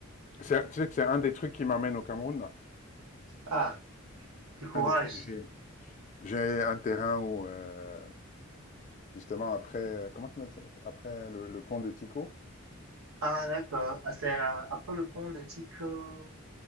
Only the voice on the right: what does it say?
Ah, du courage.
Ah, d'accord. Ah, c'est à, à Paul le Pont de Tico.